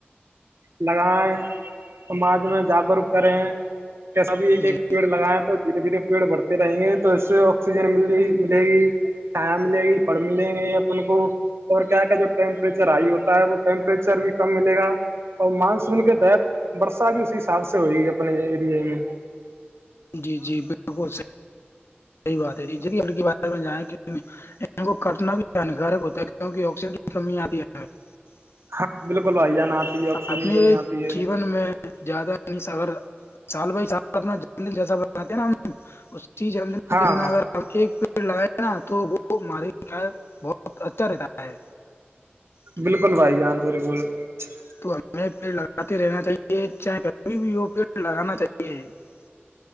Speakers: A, on the right; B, on the left.
A: <unintelligible> لگائے سماج میں جاگروک کریں کیسا بھی ایک
B: جی
A: ایک پیڑ لگائیں تو دھیرے دھیرے پیڑ بڑھتے رہیں گے تو اس سے آکسیجن مل رہ ملے گی سھیا ملے گی <unintelligible> ڑ ملیں گے اپ کو اور کیا کیا جو ٹیمپریچر ہائی ہوتا ہے وہ ٹیمپریچر بھی کم ملے گا اور مانسون کے تحت برسا بھی اسی حساب سے ہوئے گی اپنے ارییا میں <unintelligible>
B: جی جی بالکل صحیح <unintelligible> یہی بات ہے ج کی بار میں جائیں کو کٹنا بھی ہانیکارک ہوتا ہے کیوںک آکسیجن کی کمی آتی ہے <unintelligible>
A: ہاں بالکل بھائی جان آتی ہے آکسیجن
B: اپنے
A: کی کمی آتی ہے
B: جیون میں زیادہ نہیں اگر سال بائی سال اپنا ج دن جیسا <unintelligible> کہتے ہیں نا ہم اس چیز اندر <unintelligible>
A: ہاں
B: کے دن اگر آپ ایک <unintelligible> پ لگائے نا تو وہ مار <unintelligible> بہت اچھا رہتا ہے <unintelligible>
A: بالکل بھائی جان بالکل <unintelligible>
B: تو ہمیں پیڑ لگاتے رہنا چاہیے چاہےھی بھی وہ پیڑ لگانا چاہیے <unintelligible>